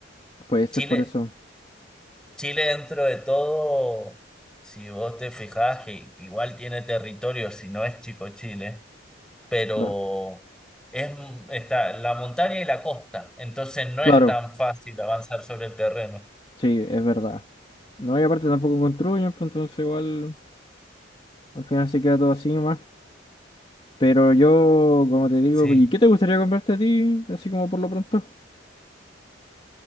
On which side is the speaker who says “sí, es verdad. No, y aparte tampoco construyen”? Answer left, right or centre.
Left